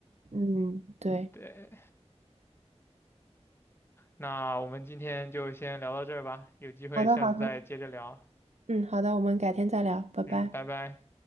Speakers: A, on the right; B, on the left.
A: 嗯，对，
B: 对，那我们今天就先聊到这儿吧，有机会下次再接着聊。
A: 好的，好的，嗯，好的，我们改天再聊，拜拜。
B: 嗯，拜拜。